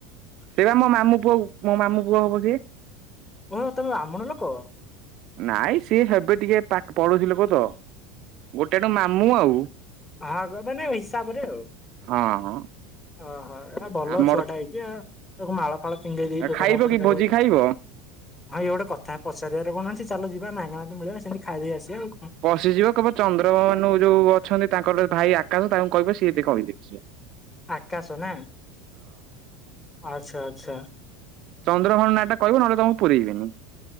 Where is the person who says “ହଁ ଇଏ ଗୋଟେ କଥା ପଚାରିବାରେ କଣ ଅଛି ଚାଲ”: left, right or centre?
Left